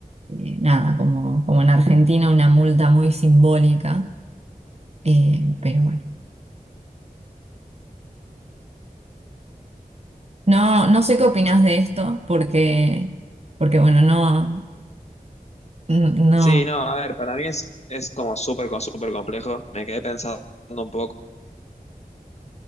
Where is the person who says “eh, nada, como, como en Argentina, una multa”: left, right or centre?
Right